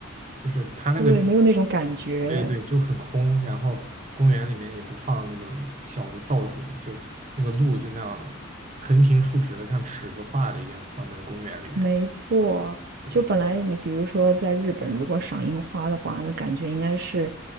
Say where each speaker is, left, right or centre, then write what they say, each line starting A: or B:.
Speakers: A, on the right; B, on the right.
A: 就是它那个
B: 对，没有那种感觉。
A: 对对，就很空，然后公园里面也不放那种小的造景，就那个路就那样横平竖直的，像尺子画的一样放在公园里面，
B: 没错，
A: 对，
B: 就本来你比如说在日本，如果赏樱花的话，那感觉应该是